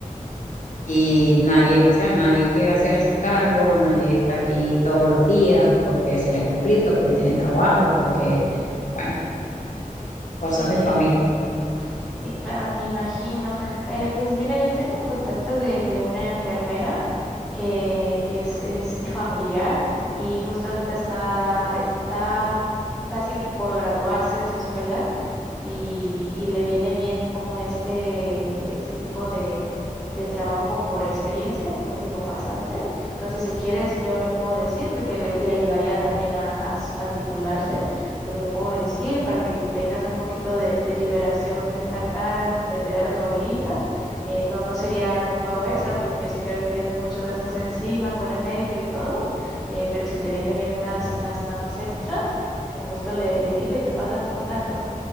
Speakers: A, on the left; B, in the centre.
A: Y
B: No,
A: nadie, o sea, nadie quiere hacerse cargo, nadie está aquí todos los días porque se les complica, porque tienen trabajo, porque, bueno, cosas
B: sí,
A: de familia.
B: sí, claro, me imagino. Eh, pues mira, yo tengo el contacto de, de una enfermera que, que es, es mi familiar y justo ahorita está, está casi por graduarse de su escuela y, y le viene bien como este, este tipo de, de trabajo como por experiencia, como tipo pasante. Entonces, si quieres, yo le puedo decir, porque le, le ayudaría también a, a s- a titularse, entonces le puedo decir para que tengas un poquito de, de liberación de esta carga, de cuidar a tu abuelita. Eh, no, no sería con pago extra, porque yo sé que ahorita tienes muchos gastos encima con el médico y todo, eh, pero si te viene bien unas, unas manos extra, con gusto le, le digo y te pasa el contacto.